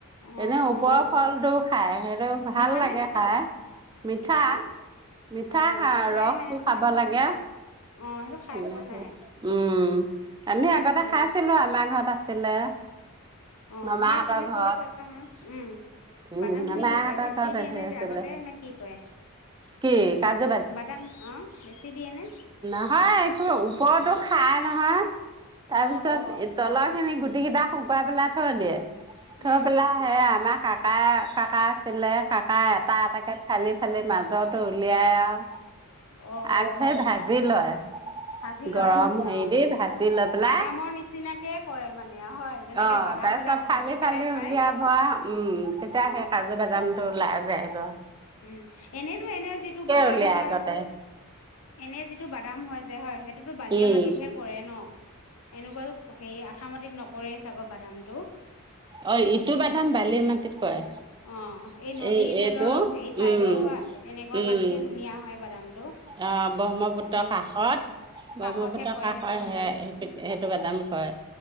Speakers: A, on the left; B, on the right.
A: অ',
B: এনে ওপৰৰ
A: অ',
B: ফলটো খায় সেইটো ভাল
A: মিঠানে
B: লাগে খাই মিঠা
A: মিঠানে
B: মিঠা
A: অ', খোৱাই
B: ৰসটো
A: নাই নহয়
B: খাব লাগে
A: অ', সেইটো খাই
B: উম
A: পোৱা নাই
B: আমি আগতে
A: উম,
B: খাইছিলো আমাৰ ঘৰত আছিলে
A: অ',
B: মামাহঁতৰ
A: সেয়া তুমি
B: ঘৰত
A: কৈ থাকা উম
B: উম
A: বাদাম খিনি
B: মামাহঁতৰ
A: কি কৰে বেছি
B: ঘৰত
A: দিয়ে
B: ধেৰ
A: নে
B: আছিলে
A: আগতে নে কি কৰে
B: কি কাজু
A: বাদাম আহ বেছি দিয়ে নে?
B: হয় কিবা ওপৰৰটো খাই নহয় তাৰপিছত
A: অ অ
B: তলত। সনেি গুটি কেইটা শুকুৱাই পেলাই থৈ দিয়ে থৈ
A: উম
B: পেলাই সেয়া আমাৰ কাক ককা কাকা আছিলে কা অ', এটা এটাকে ফালি, ফালি মাজ জো উলিয়াই আৰু
A: অ'।
B: আগ ধৰি ভাজি গৰম
A: ভাজি লয় মানে
B: হেৰি
A: অ
B: দি ভাজি লৈ পেলাই
A: বাদামৰ
B: অ',
A: নিচিনাকে কৰে মানে হয় যেনেকে
B: তাৰপিছত
A: বাদাম বিলাক
B: ফালি
A: ভাজি পেলাই
B: ফালি
A: খাই
B: উলিয়াব উম, তেতিয়া
A: অ
B: সেই কাজু বাজাম টো লাই যায়গ
A: উম, এনেতো এনে যিটো বাদাম
B: উলিয়াই
A: হয়,
B: আগতে
A: এনে যিটো টো বাদাম হয় যে। হয় সেই তো বালিয়া
B: উম
A: মাটিতহে কৰে ন'। এনেকুৱা হে আঠা মাটিত নকৰেই চাগৰ বাদামটো।
B: অ', ইটো বাদাম বালি মাটিত কয়
A: অ নদী
B: এই
A: ধৰি
B: এইটো
A: লওক হেৰি চাইডৰ
B: উম,
A: হয় তেনেকুৱা
B: উম,
A: মাটিতহে ধুনীয়া হয় বাদামটো
B: অ', ব্ৰহ্মপুত্ৰৰ
A: উম
B: কাষত ব্ৰহ্মপুত্ৰৰ
A: কাষতহে কৰে
B: কাষৰ
A: সেইটো বাদাম
B: সেইটো বোদাম কৰে